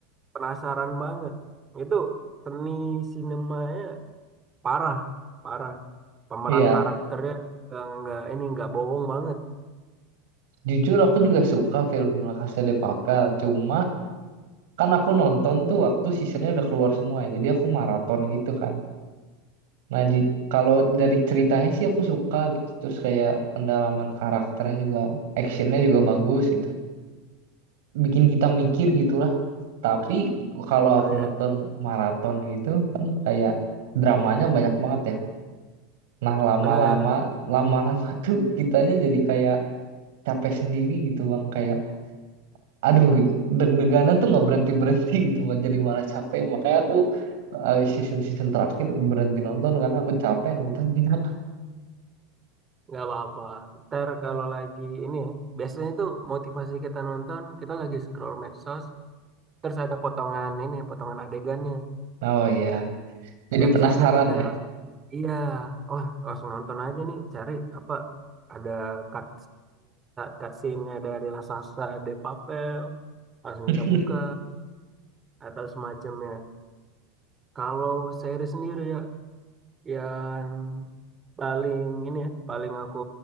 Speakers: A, on the right; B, on the right.
A: penasaran banget itu seni sinemanya parah parah pemeran
B: Iya,
A: karakternya nggak nggak- ini nggak bohong banget
B: jujur aku juga suka film La Casa de Papel. Cuma kan aku nonton tuh waktu seasonnya udah keluar semua ya. Jadi aku maraton gitu kan. Nah, ji- kalau dari ceritanya sih aku suka gitu. Terus kayak pendalaman karakternya juga, actionnya juga bagus gitu. Bikin kita mikir gitulah Tapi kalau
A: pikirnya
B: aku nonton maraton gitu kan kayak dramanya banyak banget ya. Nah lama-lama,
A: mana
B: lama-lama <laughs> tuh kitanya jadi kayak capek sendiri gitu bang. Kayak aduh deg-deganan tuh nggak berhenti-berhenti gitu. Bang. Jadi malah capek. Makanya aku eh, season-season terakhir berhenti nonton karena aku capek nontonnya. <laughs>
A: Nggak apa-apa. Ntar kalau lagi ini ya, biasanya tuh motivasi kita nonton, kita lagi scroll medsos, terus ada potongan ini, potongan adegannya.
B: Oh iya, jadi
A: Dari
B: penasaran
A: sana kita langsung,
B: ya.
A: iya, oh langsung nonton aja nih, cari apa, ada cut, cut scene-nya dari La Salsa de Papel, langsung
B: <laughs>
A: kita buka, atau semacamnya. Kalau seri sendiri ya, yang paling ini ya, paling aku